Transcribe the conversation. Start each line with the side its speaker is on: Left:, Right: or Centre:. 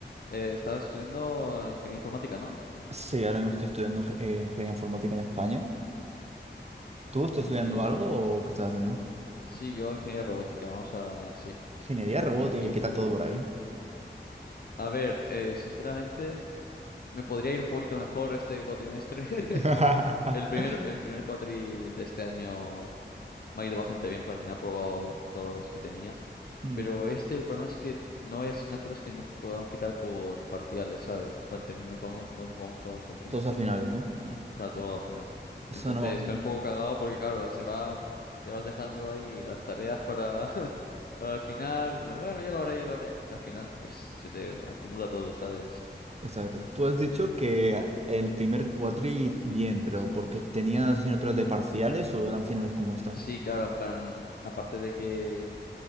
Left: eh, estabas estudiando eh, ingeniería informática, ¿no?
Right: sí, ahora mismo estoy estudiando eh, ingeniería informática en España. ¿Tú estás estudiando
Left: Y
Right: algo o qué estás haciendo?
Left: sí, yo ingeniería robótica, vamos a, sí,
Right: Ingeniería robótica,
Left: también aquí en...
Right: ¿y qué tal todo por ahí?
Left: A ver, eh, sinceramente, me podría ir un poquito mejor este cuatrimestre. <laughs>
Right: <laughs>
Left: El primer, el primer cuatri de este año me ha ido bastante bien, en plan, he aprobado todas las que tenía.
Right: Mm,
Left: Pero este, el problema es que no hay asignaturas que nos podamos quitar por parciales, ¿sabes? En plan, te- Nos vamos, nos jugamos todos al final.
Right: todos a finales, ¿no? Vale.
Left: Claro,
Right: Que-
Left: todo al final.
Right: Eso
Left: Entonces
Right: no.
Left: estoy un poco cagado porque, claro, se va, te vas dejando ahí las tareas para, <laughs> para el final. Y dices, bueno, ya lo haré, ya lo haré. Y al final, pues, se te acumula todo, ¿sabes?
Right: Exacto. Tú has dicho que el primer cuatri bien, pero ¿porque tenías asignaturas de parciales o eran finales como esta?
Left: Sí, claro, en plan, aparte de que